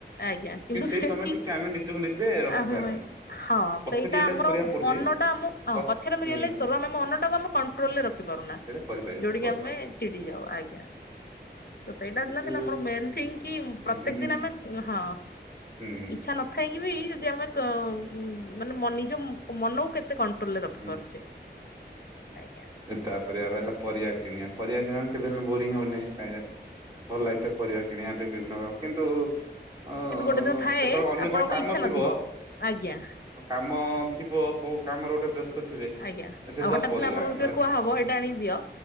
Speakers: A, on the left; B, on the right.
A: ଆଜ୍ଞା କିନ୍ତୁ
B: ସେଇ
A: ସେଇଠି
B: ସମୟ ଟିକେ ଆମେ ନିଜକୁ ନିଜେ ରଖିପାରୁନୁ
A: ଆମେ ହଁ
B: ପଛେ
A: ସେଇଟା
B: ରିଏଲାଇଜ
A: ଆମର
B: କରିବାକୁ ପଡୁଛି
A: ମନଟା ଆମ
B: ପ-
A: ପଛରେ ଆମେ
B: ହୁଁ
A: ରିଲାଇଜ କରୁ ଆମେ ମନ ଟାକୁ ଆମେ କଣ୍ଟ୍ରୋଲରେ ରଖିପାରୁନା।
B: ଯଦି କରି କରିପାରିବା
A: ଯୋଉଠିକି
B: କରୁ
A: ଆମେ ଚିଡି ଯାଉ ଆଜ୍ଞା। ତ ସେଇଟା
B: ସେଟା ଟିକେ
A: ଥିଲା ଥିଲା ମୋର ମେନ୍ ଥିଙ୍ଗ
B: ହୁଁ
A: କି ପ୍ରତ୍ୟକ
B: ହୁଁ
A: ଦିନ ଆମେ ହଁ
B: ହୁଁ
A: ଇଛା ନ କହିଁକି ବି ଯଦି ଆମେ ମାନେ ନିଜ ମନକୁ କେତେ କଣ୍ କଣ୍ଡୋରେଲ୍ ରଖିପାରୁଛେ
B: ହୁଁ ହୁଁ।
A: ଆଜ୍ଞା।
B: ତାପରେ ଆଉ ରହିଲା ପରିବା କିଣିବା ପରିବା କିଣିବା କେବେ ହେଲେ ବୋରିଙ୍ଗ ହଉନାହିଁ କାଁହିଁକି ଭଲ ଲାଗିଥାଏ ପରିବା କିଣିବା ବି ବିଭିନ୍ନ ପ୍ର କିନ୍ତୁ ଅ ଅ ଅ
A: କିନ୍ତୁ ଗୋଟେ ଦିନ ଥାଏ
B: କେତେବେଳେ ଅନ୍ୟ
A: ଆପଣଙ୍କୁ
B: କଣ କାମ
A: ଇଚ୍ଛା ନଥିବ
B: ଥିବ
A: ଆଜ୍ଞା।
B: କାମ ଥିବ କୋଉ କାମରେ ଗୋଟେ ବ୍ୟସ୍ତ ଥିବେ
A: ଆଜ୍ଞା
B: ସେଟା
A: ଆଉ ହଠାତ୍
B: ପରିବା
A: କିନା ଆପଣଙ୍କୁ
B: ଆଣିବ।
A: ଯେତେବେଳେ
B: <inaudible>
A: କୁହାହବ
B: <unintelligible>
A: ଏଇଟା ଆଣିକି ଦିଅ